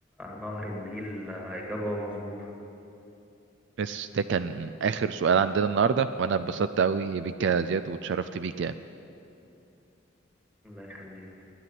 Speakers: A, in the centre; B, on the right.
A: نهر النيل آه، اجابة مظبوطة
B: بس ده كان اخر سؤال عندنا النهارده وانا اتبسطت قوي بيك يا زياد واتشرفت بيك يعني
A: الله يخليك